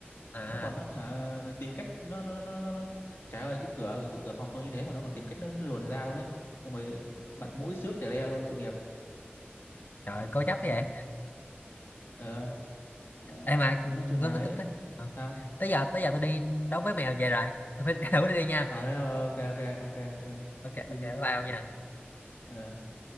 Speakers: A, on the left; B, on the left.
A: à
B: nó còn nó hả, tìm cách nó nó nó nó, nó. nó- Trời ơi cái cửa cái cửa phòng tôi như thế mà nó còn tìm cách nó luồn ra luôn đấy xong rồi mặt mũi xước tè le luôn tội nghiệp
A: trời cố chấp vậy
B: ờ nó,
A: Ê mà
B: nó nói chung
A: nó
B: là
A: nó
B: ấy
A: tích tích Ờ.
B: sao
A: tới giờ tới giờ tôi đi đấu với mèo về rồi tôi phải <laughs> thử đi, đi nha
B: ờ thế rồi, ok ok ok ok
A: ok
B: đi
A: ok
B: đi
A: bye bye ông nha
B: ờ